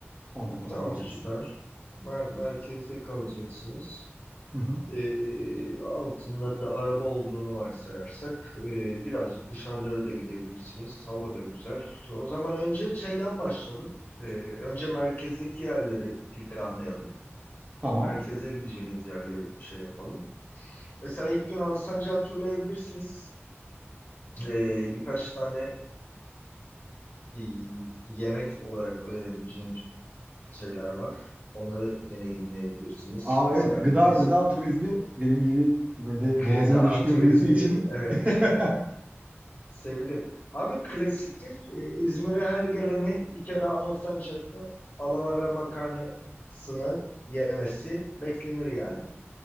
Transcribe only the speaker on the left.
Tamam süper. Mer- merkezde kalacaksınız.
E, altında da araba olduğunu varsayarsak e, birazcık dışarılara da gidebilirsiniz. Hava da güzel. O zaman önce şeyden başlayalım. E, önce merkezdeki yerleri planlayalım.
Merkeze gideceğiniz yerleri şey yapalım. Mesela ilk gün Alsancak'ı turlayabilirsiniz. E, birkaç tane e, yemek olarak önerebileceğim şeyler var. Onları deneyimleyebilirsiniz.
Mesela
klasik
<laughs> gıda
turizmi,
evet
Sevilir. Abi klasiktir. Ee, İzmir'e her geleni bir kere Alsancak'ta alavara makarnasını yemesi beklenir yani.